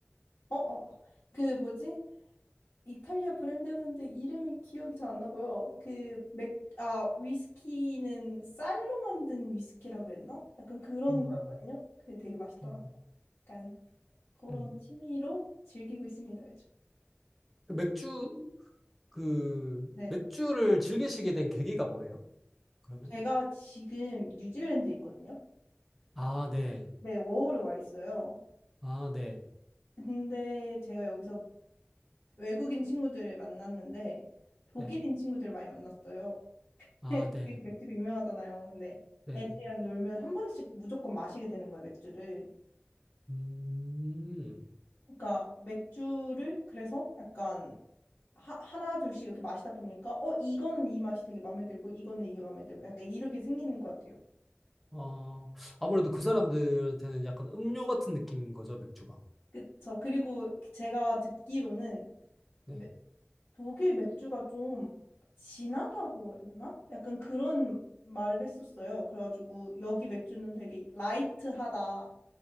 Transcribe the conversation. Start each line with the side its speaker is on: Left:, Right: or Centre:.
Left: 어어 그 뭐지? 이탈리아 브랜드였는데 이름이 기억이 잘 안 나고요. 그 맥, 아, 위스키는 쌀로 만든 위스키라 그랬나? 약간 그런
Centre: 음,
Left: 거였거든요. 그게 되게 맛있더라고요.
Centre: 음,
Left: 약간 그런
Centre: 음.
Left: 취미로 즐기고 있습니다, 요즘.
Centre: 그 맥주, 그
Left: 네.
Centre: 맥주를 즐기시게 된 계기가 뭐예요? 그러면?
Left: 제가 지금 뉴질랜드에 있거든요.
Centre: 아, 네.
Left: 네, 워홀에 와 있어요.
Centre: 아, 네.
Left: 근데 제가 여기서 외국인 친구들을 만났는데 독일인
Centre: 네.
Left: 친구들을 많이 만났어요.
Centre: 아,
Left: <laughs> 애들이
Centre: 네.
Left: 맥주로 유명하잖아요. 근데
Centre: 네네.
Left: 애들이랑 놀면 한 번씩 무조건 마시게 되는 거예요, 맥주를.
Centre: 음.
Left: 그러니까 맥주를 그래서 약간 하, 하나 둘씩 이렇게 마시다 보니까 어 이거는 이 맛이 되게 마음에 들고 이거는 이게 마음에 들고 약간 이렇게 생기는 것 같아요.
Centre: 어, 아무래도 그 사람들한테는 약간 음료 같은 느낌인 거죠, 맥주가.
Left: 그쵸. 그리고 제가 듣기로는
Centre: 네.
Left: 메- 독일 맥주가 좀 진하다고 했나? 약간 그런 말을 했었어요. 그래가지고 여기 맥주는 되게 라이트하다.